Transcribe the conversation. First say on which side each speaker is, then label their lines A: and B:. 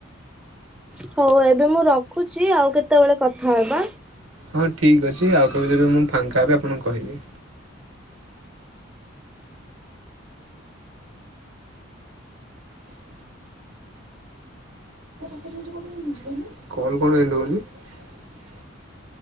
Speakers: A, in the centre; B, on the right.
A: ହଉ ଏବେ ମୁଁ ରଖୁଛି ଆଉ କେତେବେଳେ କଥା ହେବା।
B: ହଁ ଠିକ୍ ଅଛି ଆଉ କେବେ ଯେବେ ମୁଁ ଫାଙ୍କା ହେଲେ ଆପଣଙ୍କୁ କହିବି। <inaudible> <unintelligible>